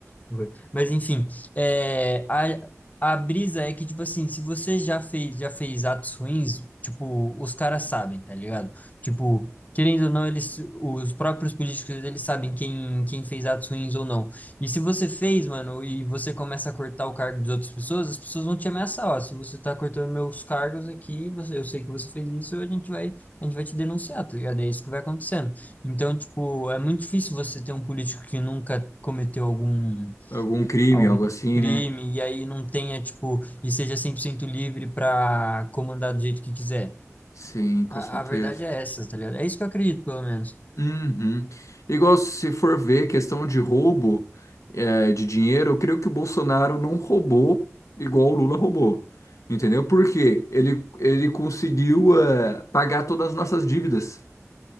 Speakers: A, on the left; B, on the left.
A: Foi. Mas enfim, é, a, a brisa é que, tipo assim, se você já fez, já fez atos ruins, tipo, os caras sabem, tá ligado? Tipo, querendo ou não, eles, os próprios políticos, eles sabem quem, quem fez atos ruins ou não. E se você fez, mano, e você começa a cortar o cargo das outras pessoas, as pessoas vão te ameaçar, ó, se você tá cortando meus cargos aqui, você, eu sei que você fez isso, a gente vai, a gente vai te denunciar, tá ligado? É isso que vai acontecendo. Então, tipo, é muito difícil você ter um político que nunca cometeu algum
B: Algum crime,
A: algum
B: algo assim,
A: crime
B: né?
A: e aí não tenha, tipo, e seja 100% livre para comandar do jeito que quiser.
B: Sim, com
A: A,
B: certeza.
A: a verdade é essa, tá ligado? É isso que eu acredito, pelo menos.
B: Uhum. Igual se for ver questão de roubo é, de dinheiro, eu creio que o Bolsonaro não roubou igual o Lula roubou. Entendeu? Porque ele, ele conseguiu é, pagar todas as nossas dívidas